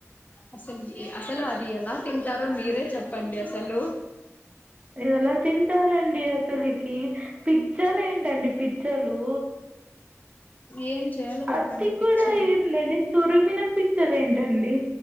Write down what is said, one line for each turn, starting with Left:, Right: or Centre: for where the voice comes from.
Left: అసలు ఎ అసలు అది ఎలా తింటారో మీరే చెప్పండి అసలు
Right: ఎలా తింటారండి అసలి కీ పిచ్చలు ఏంటండి పిచ్చలు
Left: ఏం చేయాలో
Right: అది
Left: చెప్పండి పిచ్చలు
Right: కూడా ఏందండి తురిమిన పిచ్చలు ఏంటండి